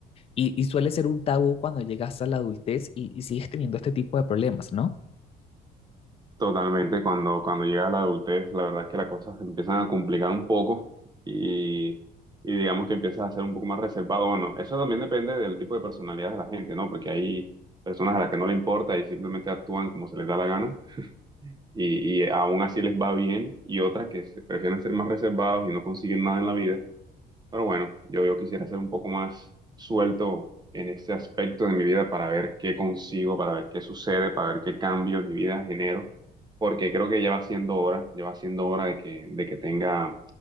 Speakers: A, on the left (about 35°); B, on the right (about 25°).
A: y, y suele ser un tabú cuando llegas a la adultez y y sigues teniendo este tipo de problemas, ¿no?
B: Totalmente, cuando, cuando llega la adultez, la verdad es que las cosas se empiezan a complicar un poco y, y digamos que empiezas a ser un poco más reservado. Bueno, eso también depende del tipo de personalidad de la gente, ¿no? Porque hay personas a las que no le importa y simplemente actúan como se les da la gana y, y aún así les va bien y otras que se prefieren ser más reservados y no consiguen nada en la vida pero bueno, yo, yo quisiera ser un poco más suelto en este aspecto de mi vida para ver qué consigo, para ver qué sucede, para ver qué cambio en mi vida genero, porque creo que ya va siendo hora, ya va siendo hora de que, de que tenga